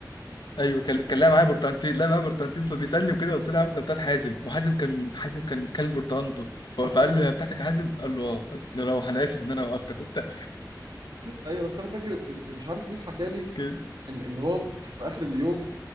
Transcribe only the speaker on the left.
ايوه كان كان لاعب معايا برتقانتين لا معايا برتقانتين فبيسالني وكده قلت له يا عم ده بتاعت حازم وحازم كان حازم كان كلب برتقانته ف- فقال
له هي بتاعتك يا حازم قال له اه قال له روح انا اسف ان انا وقفتك وبتاع
كده.